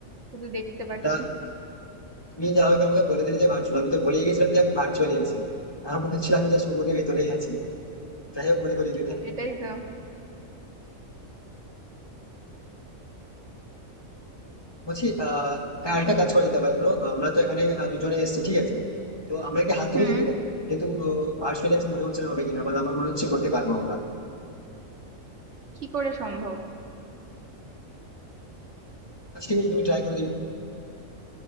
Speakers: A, on the right (about 60°); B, on the left (about 20°).
A: শুধু দেখতে
B: সেটা
A: পাচ্ছি
B: তুমি যা হোক আমাকে বলে দিলে যে ভার্চুয়াল আমি তো ভুলে গেছিলাম যে আমি ভার্চুয়ালি আছি আর মনে হচ্ছিল আমি যা সমুদ্রের ভিতরেই আছি যাই হোক মনে করি দিলে
A: এটাই তো
B: বলছি আহ হ্যাঁ, আরেকটা কাজ করা যেতে পারে ধরো আমরা তো এখানে আহ, দুজনে এসেছি ঠিক আছে তো আমরা কি হাত ধরে
A: হুম
B: যেতে পারি যেহেতু ভার্চুয়ালি আছে মনে হচ্ছে না হবে কিনা বা আমার মনে হচ্ছে করতে পারবো আমরা
A: কি করে সম্ভব
B: আচ্ছা, ঠিক আছে তুমি ট্রাই করো দিন